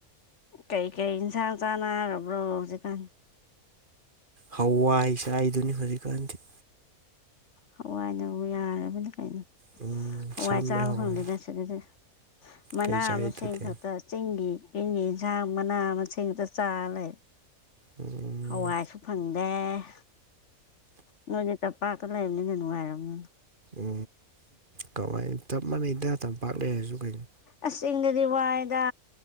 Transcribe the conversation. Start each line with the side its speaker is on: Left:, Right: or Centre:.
Left: ꯀꯩꯀꯩ ꯏꯟꯁꯥꯡ ꯆꯥꯅꯔꯕ꯭ꯔꯣ ꯍꯧꯖꯤꯛꯀꯥꯟ
Right: ꯍꯋꯥꯏꯁꯥꯏꯗꯨꯅꯤ ꯍꯧꯖꯤꯛꯀꯥꯟꯗꯤ
Left: ꯍꯋꯥꯏꯅꯕꯨ ꯌꯥꯔꯕꯅ ꯀꯩꯅꯣ
Right: ꯁꯝꯃꯦ
Left: ꯍꯋꯥꯏ ꯆꯥꯕ
Right: ꯍꯋꯥꯏ
Left: ꯐꯪꯗꯦꯗ ꯁꯤꯗꯗꯤ ꯃꯅꯥ
Right: ꯀꯩ ꯆꯥꯏ
Left: ꯃꯁꯤꯡ ꯃꯁꯤꯡ
Right: ꯑꯗꯨꯗꯤ
Left: ꯈꯛꯇ ꯆꯤꯡꯒꯤ ꯏꯪ ꯌꯦꯟꯁꯥꯡ ꯃꯅꯥ ꯃꯁꯤꯡꯗ ꯆꯥꯔ ꯂꯩ
Right: ꯎꯝ,
Left: ꯍꯋꯥꯏꯁꯨ ꯐꯪꯉꯤ ꯑꯦ ꯅꯣꯏꯅꯦ ꯆꯞꯄꯥꯛꯇ ꯂꯩꯕꯅꯤꯅ ꯅꯨꯡꯉꯥꯏꯔꯕꯝꯅꯤꯅ
Right: ꯎ ꯀꯃꯥꯏꯅ ꯆꯞ ꯃꯥꯟꯅꯩꯗ ꯇꯝꯄꯥꯛ ꯂꯩꯔꯁꯨ ꯀꯩꯅꯣ
Left: ꯑꯤꯡꯗꯗꯤ ꯋꯥꯏꯗ